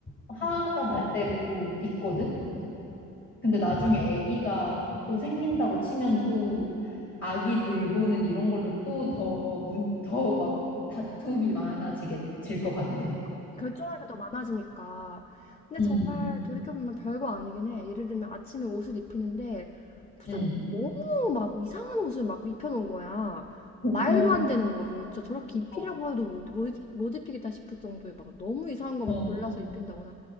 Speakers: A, on the left; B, on the left.
A: 화가
B: 음,
A: 날 때도 있거든.
B: 음.
A: 근데 나중에 아기가 또 생긴다고 치면 또 아기 돌보는 이런 걸로 또 더 문, 더 막 다툼이 많아지게 질 것 같아.
B: 그러니까. 결정할 게 더 많아지니까. 근데
A: 음,
B: 정말 돌이켜보면 별거 아니긴 해. 예를 들면 아침에 옷을 입히는데 부자가
A: 음,
B: 너무 막 이상한 옷을 막 입혀놓은 거야. 말도
A: 어,
B: 안 되는 거를 진짜 저렇게 입히려고
A: 어,
B: 해도 못, 못 못 입히겠다 싶을 정도의 막 너무 이상한 것만
A: 어,
B: 골라서 입힌다거나.